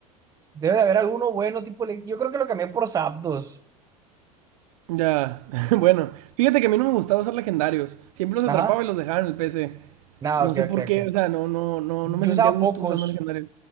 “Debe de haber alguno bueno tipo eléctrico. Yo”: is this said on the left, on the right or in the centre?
Right